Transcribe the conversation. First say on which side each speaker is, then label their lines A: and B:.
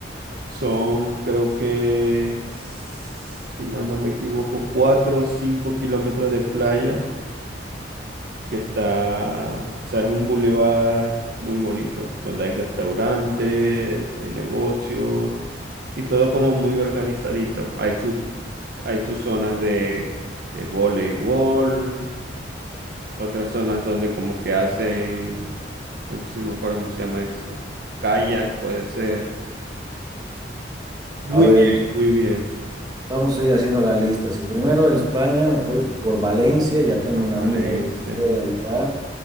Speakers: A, on the right (about 55°); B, on the right (about 20°).
A: Son, creo que, si más no me equivoco, cuatro o cinco kilómetros de playa que está, o sea, es un bulevar muy bonito, donde hay restaurantes, hay negocios y todo como muy organizadito. Hay sus, hay sus zonas de, de voleibol, otras zonas donde como que hacen, no sé, no me acuerdo cómo se llama eso, kayak puede ser. Muy
B: A ver,
A: bien,
B: entonces
A: muy bien.
B: vamos a ir haciendo la lista. Si primero en España me voy por Valencia, ya tengo
A: Por
B: un amigo
A: Valencia.
B: ahí que me puede ayudar.